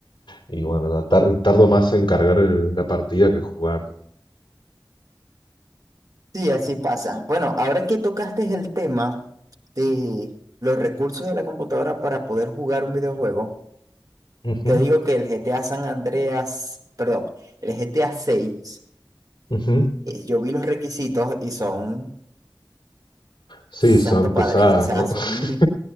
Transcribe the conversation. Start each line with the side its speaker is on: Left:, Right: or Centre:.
Left: Y bueno, la tar- tardo más en cargar el- la partida que jugar.
Right: Sí, así pasa. Bueno, ahora que tocaste el tema de los recursos de la computadora para poder jugar un videojuego,
Left: Ujú,
Right: te digo que el GTA San Andreas, perdón, el GTA 6,
Left: ujú.
Right: yo vi los requisitos y son
Left: Sí,
Right: santo
Left: son
Right: padre,
Left: pesadas,
Right: o sea,
Left: ¿no?
Right: son
Left: <laughs>